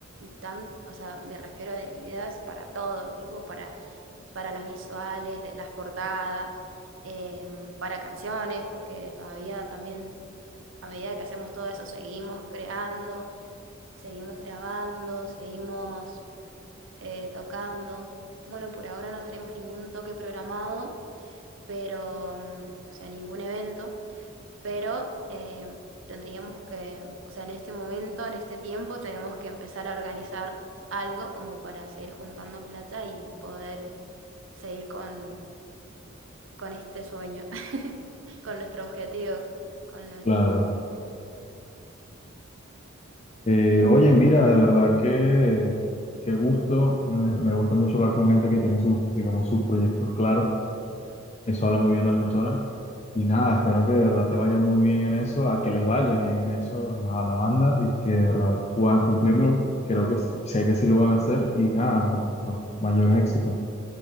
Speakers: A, on the right (about 70°); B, on the left (about 30°).
A: tan, o sea, me refiero en ideas para todo, tipo para, para las visuales, de, las portadas, em, para canciones, porque todavía también a medida que hacemos todo eso seguimos creando seguimos grabando, seguimos eh, tocando. Bueno, por ahora no tenemos ningún toque programado, pero, mm, o sea, ningún evento, pero eh, tendríamos que, o sea, en este momento, en este tiempo, tenemos que empezar a organizar algo como para seguir juntando plata y poder seguir con, con este sueño, <laughs> con nuestro objetivo, con nuestro...
B: Claro. Eh, oye, mira, de verdad que qué gusto. Me, me gusta mucho hablar con gente que tiene sus, digamos, sus proyectos claros. Eso habla muy bien de las personas. Y nada, espero que de verdad te vaya muy bien en eso, a que les vaya bien en eso, nada, a la banda y que de verdad puedan cumplirlo. Creo que sí- sé que sí lo van a hacer y nada, lo- los mayores éxitos.